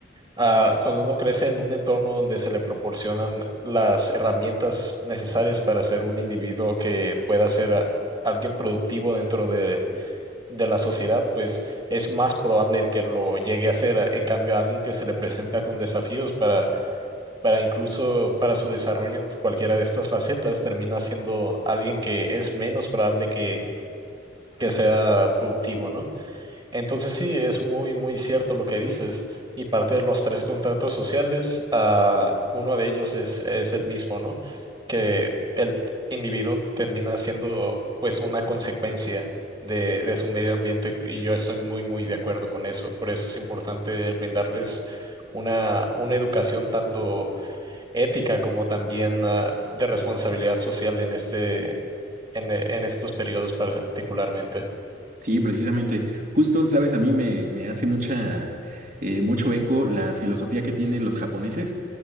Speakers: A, on the right; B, on the right.
A: ah, cuando uno crece en un entorno donde se le proporcionan las herramientas necesarias para ser un individuo que pueda ser a- alguien productivo dentro de, de la sociedad, pues es más probable que lo llegue a ser. En cambio, a alguien que se le presenta con desafíos para, para incluso para su desarrollo en cualquiera de estas facetas, termina siendo alguien que es menos probable que, que sea productivo, ¿no? Entonces sí, es muy, muy cierto lo que dices. Y parte de los tres contratos sociales, ah, uno de ellos es, es el mismo, ¿no? Que el individuo termina siendo pues una consecuencia de, de su medio ambiente y yo estoy muy, muy de acuerdo con eso. Por eso es importante el brindarles una, una educación tanto ética como también ah, de responsabilidad social en este, en en estos periodos particularmente.
B: Sí, precisamente. Justo, sabes, a mí me, me hace mucha, eh, mucho eco la filosofía que tienen los japoneses